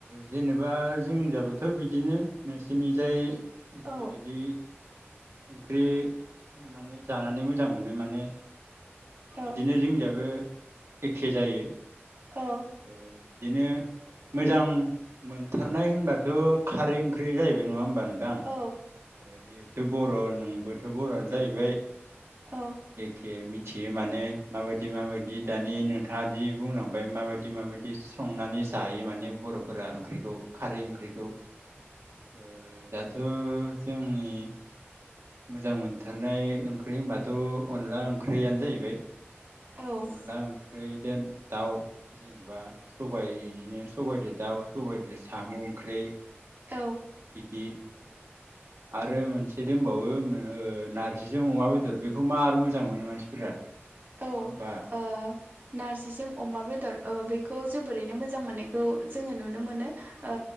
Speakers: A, on the right; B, on the right.
A: जेनेबा जोंनिजाबोथ' बिदिनो नोंसोरनि जाय
B: औ
A: जिबायदि ओंख्रि संनानै जानानै मोजां मोनो माने
B: औ
A: बिदिनो जोंनियाबो एखे जायो
B: औ
A: ओ बिदिनो मोजां मोनथारनाय होनबाथ' खारै ओंख्रि जाहैबाय नङा होमबा नोंथां
B: औ
A: ओ जिहेथु बर' नोंबोथ' बर'आनो जाहैबाय
B: औ
A: एखे मि थियो माने माबायदि माबायदि दानि नोंथाङा जि बुंलांबाय माबायदि माबायदि संनानै जायो माने बर'फोरा ओंख्रि खौ खारै ओंख्रिखौ ओ दाथ' जोंनि मोजां मोनथारनाय ओंख्रि होनबाथ' अनला ओंख्रियानो जाहैबाय
B: औ
A: अनला ओंख्रि दोन दाउ जेनेबा सबायनो सबाइजों दाउ सबाइजों साम' ओंख्रि
B: औ
A: बिदि आरो मोनसे दोंबावो ओ नारजिजों अमा बेदर बेखौ मार मोजां मोनो मानसिफोरा
B: औ
A: नङा होमबा
B: ओ नारजिजों अमा बेदर ओ बेखौ जोबोरैनो मोजां मोननायखौ जोङो नुनो मोनो। ओ